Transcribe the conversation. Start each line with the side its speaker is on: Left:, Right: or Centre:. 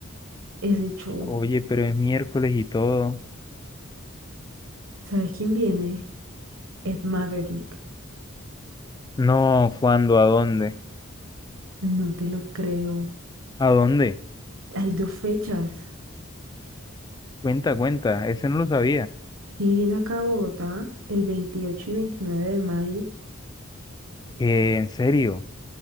Right: ese show.
Left: Oye, pero es miércoles y todo.
Right: ¿Sabes quién viene? Ed Maverick.
Left: No, ¿cuándo? ¿A dónde?
Right: No te lo creo.
Left: ¿A dónde?
Right: Hay dos fechas.
Left: Cuenta, cuenta. Ese no lo sabía.
Right: Sí, viene acá a Bogotá el 28 y 29 de mayo.
Left: Eh, en serio.